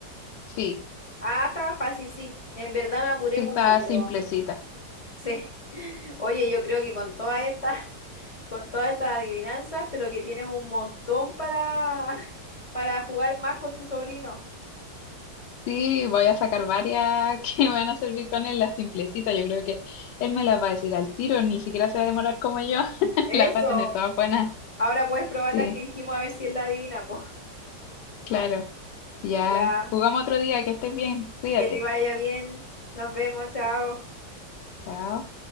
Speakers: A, on the left (about 75°); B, on the left (about 60°).
A: Sí,
B: Ah, estaba fácil, sí. En verdad me apuré
A: sí
B: mucho,
A: está
B: pero...
A: simplecita.
B: Sí. <laughs> Oye, yo creo que con todas estas, <laughs> con todas estas adivinanzas, pero que tienes un montón para, <laughs> para jugar más con tu sobrino.
A: Sí, voy a sacar varias <laughs> que me van a servir con él, la simplecita. Yo creo que él me las va a decir al tiro, ni siquiera se va a demorar como yo. <laughs>
B: Eso.
A: Las va a tener todas buenas.
B: Ahora puedes probar
A: Sí,
B: las que dijimos a ver si él la adivina, pues.
A: claro. Ya,
B: <laughs> Ya.
A: jugamos otro día, que estés bien, cuídate.
B: Que te vaya bien. Nos vemos, chao.
A: Chao.